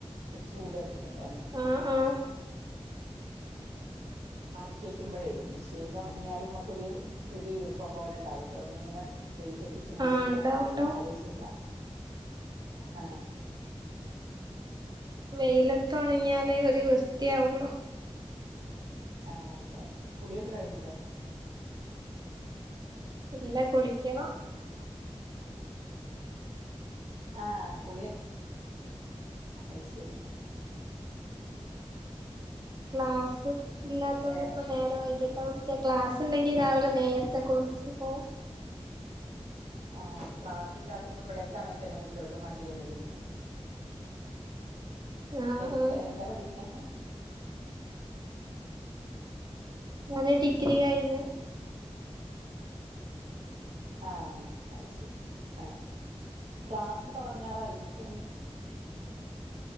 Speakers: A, on the right (about 90°); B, on the right (about 40°).
A: ഒരു ചൂടട്ടി ണ്ടന്ന്
B: ആഹ് ആഹ്
A: മടക്കി വക്കുമ്പോഴേ മിഷീനിൽ ഉണങ്ങിയാലും നമ്മക്കൊരു ഒരു ഈർപ്പം പോലെ ഉണ്ടാവല്ലോ ഒന്നിങ്ങനെ വെയിലട്ടി ചൂടട്ടിയാ
B: ആഹ് ഇണ്ടാവും ഇണ്ടാവും
A: അതൊരു സുഖമാണ് ആ
B: വെയിലത്തോണങ്ങിയാലേ ഒരു വൃത്തിയാവോള്ളൂ
A: ആ അതെ അതെ കുളിയൊക്കെ കഴിഞ്ഞില്ലേ
B: ഇല്ല കുളിക്കണം
A: ആ കുളിയ അയ് ശരി
B: ക്ലാസ്സ്‌ ഇല്ലാത്തൊണ്ട്
A: വേറെ
B: പ്പം നേരം വൈകി ആവുടത്തെ ക്ലാസ് ഉണ്ടെങ്കിൽ രാവിലെ നേരെ ത്തെ കുളിച്ചിപ്പോ
A: ആ ക്ലാസ്സല്ലാത്തുമ്പോ ഇവിടൊക്ക അങ്ങനെ തന്നെ കുട്ടികൾക്ക് മടിയാണ് പിന്നെ
B: ആഹ്
A: എന്താ
B: ആഹ്
A: എന്താ പഠിക്കണേ
B: ഞാന് ഡിഗ്രി കഴിഞ്ഞു
A: ആ അയ് ശരി ആ ക്ലാസ്സ് തുടങ്ങാറായി ങ്ങക്ക് എന്ന്